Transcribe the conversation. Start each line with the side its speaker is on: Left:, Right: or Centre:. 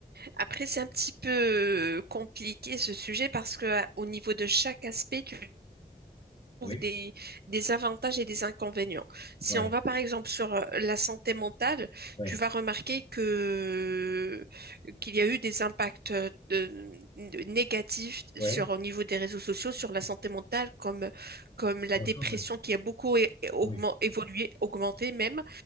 Right: après c'est un petit peu euh, compliqué ce sujet parce que à- au niveau de chaque aspect, tu trouve
Left: Oui.
Right: des, des avantages et des inconvénients. Si
Left: Ouais,
Right: on va par exemple sur euh, la santé mentale,
Left: ouais,
Right: tu vas remarquer que qu'il y a eu des impacts euh, de- de- négatifs
Left: ouais.
Right: sur au niveau des réseaux sociaux sur la santé mentale, comme comme la
Left: Enfin,
Right: dépression
Left: ouais.
Right: qui a beaucoup é- augmen-
Left: Ah Oui,
Right: évolué, augmenté même,